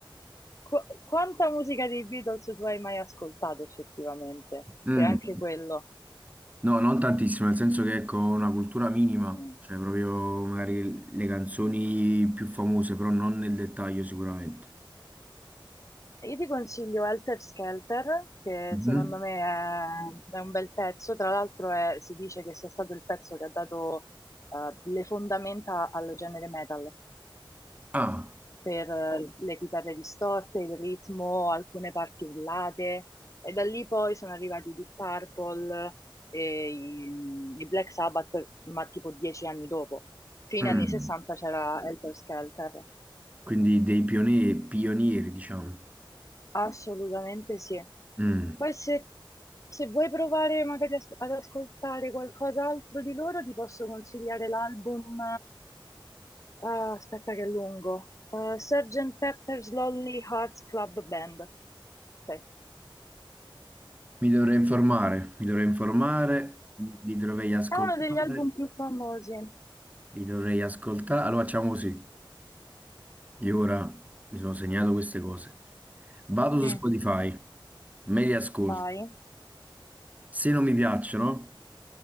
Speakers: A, on the left (about 35°); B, on the right (about 15°).
A: Qu- quanta musica dei Beatles tu hai mai ascoltato effettivamente?
B: Mm,
A: Che anche quello.
B: No, non tantissimo, nel senso che ecco, una cultura minima,
A: mm.
B: cioè proprio magari le canzoni più famose, però non nel dettaglio sicuramente.
A: Io ti consiglio Helter Skelter, che
B: Mhm.
A: secondo me è, è un bel pezzo, tra l'altro è- si dice che sia stato il pezzo che ha dato eh, le fondamenta al genere metal,
B: Ah,
A: per eh, le chitarre distorte, il ritmo, alcune parti urlate, e da lì poi sono arrivati i Deep Purple e i, i Black Sabbath, ma tipo dieci anni dopo. Fine
B: mm,
A: anni 60 c'era Helter Skelter.
B: Quindi dei pionieri, pionieri, diciamo.
A: Assolutamente sì.
B: Mm.
A: Poi se, se vuoi provare magari as- ad ascoltare qualcos'altro di loro, ti posso consigliare l'album, eh, aspetta che è lungo, eh, Sgt. Pepper's Lonely Hearts Club Band. Sì. Eh,
B: Mi dovrei informare, mi dovrei informare, li dovrei ascoltare,
A: è uno degli album più famosi.
B: li dovrei ascoltare. Allora facciamo così. Io ora mi sono segnato queste cose. Vado su
A: Mm,
B: Spotify, me li ascolto.
A: vai.
B: Se non mi piacciono,